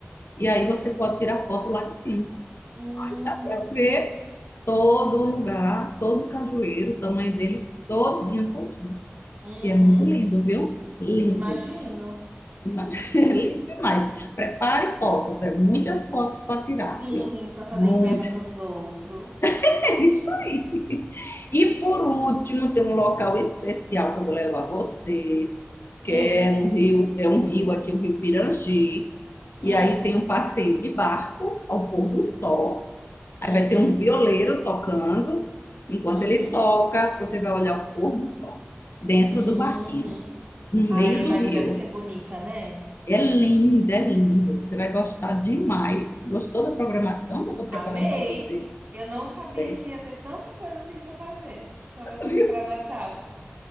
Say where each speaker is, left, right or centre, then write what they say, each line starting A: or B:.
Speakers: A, on the left (about 60°); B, on the right (about 50°).
A: e aí você pode tirar foto lá de cima.
B: Hum,
A: Dá para ver todo o lugar, todo o cajueiro, o tamanho dele, todinho, todinho.
B: uhum.
A: E é muito lindo, viu? Lindo.
B: Imagino.
A: Mas, <laughs> Lindo demais. Prepare fotos, é muitas fotos para tirar,
B: Sim,
A: viu?
B: pra fazer
A: Muito,
B: inveja pros outros.
A: <laughs> é isso aí. E por último, tem um local especial que eu vou levar você, que
B: Hum,
A: é no rio, é um rio aqui, o Rio Pirangi.
B: hum,
A: E aí tem um passeio de barco ao pôr do sol. Aí
B: uhum,
A: vai ter um violeiro tocando. Enquanto
B: uhum,
A: ele toca, você vai olhar o pôr do sol dentro
B: uhum.
A: do barquinho, no
B: Ai,
A: meio
B: a imagem
A: do rio.
B: deve ser bonita, né?
A: É linda, é linda. Você vai gostar demais. Gostou da programação que eu estou preparando
B: Amei!
A: para você?
B: Eu não sabia
A: Tem,
B: que ia ter tanta coisa assim pra fazer quando eu fosse
A: viu?
B: pra Natal.